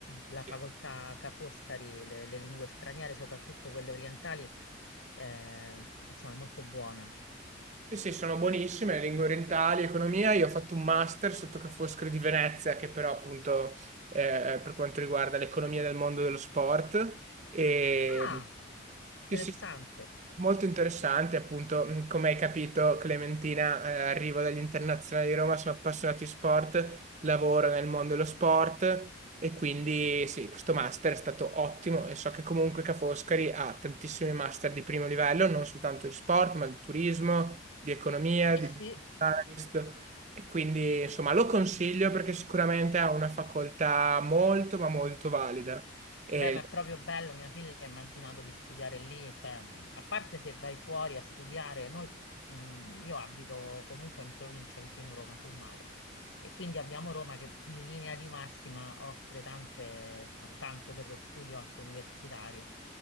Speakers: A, on the left (about 75°); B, on the right (about 35°).
A: la
B: Sì.
A: facoltà Ca' Foscari, le le lingue straniere, soprattutto quelle orientali eh, insomma, è molto buona.
B: Sì, sì, sono buonissime, le lingue orientali, economia. Io ho fatto un master sotto Ca' Foscari di Venezia, che però appunto eh, per quanto riguarda l'economia del mondo dello sport. E
A: Ah, interessante.
B: sì, sì, molto interessante, appunto, mh, come hai capito, Clementina, eh, arrivo dagli internazionali di Roma, sono appassionato di sport, lavoro nel mondo dello sport e quindi sì, questo master è stato ottimo e so che comunque Ca' Foscari ha tantissimi master di primo livello, non soltanto di sport, ma di turismo di economia,
A: Sì,
B: di
A: sì,
B: business analyst e quindi insomma lo consiglio perché sicuramente ha una facoltà molto ma molto valida e
A: beh, ma è proprio bello. Mia figlia ha immaginato di studiare lì, cioè, mh, a parte se vai fuori a studiare, noi, mh, io abito comunque in provincia vicino Roma sul mare e quindi abbiamo Roma che in linea di massima offre tante, ta- tanto per lo studio anche universitario.